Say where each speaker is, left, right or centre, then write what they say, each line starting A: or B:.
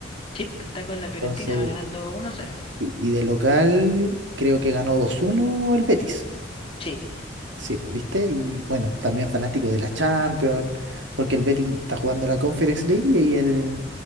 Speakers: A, on the left (about 30°); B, on the right (about 75°).
A: Sí, está con
B: Entonces,
A: la Fiorentina, va ganando uno cero
B: y y de local, creo que ganó dos uno el Betis.
A: Sí.
B: Sí, pues, ¿viste? Y bueno, también fanático de la Champions, porque el Betis está jugando la Conference League y el...